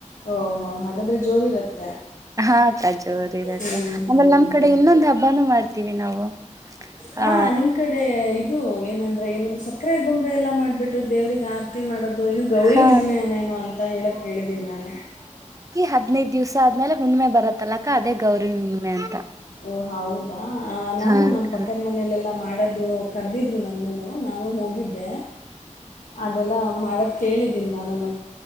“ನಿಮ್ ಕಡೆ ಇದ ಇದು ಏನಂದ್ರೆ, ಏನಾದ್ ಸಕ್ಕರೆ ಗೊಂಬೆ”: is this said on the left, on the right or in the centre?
Left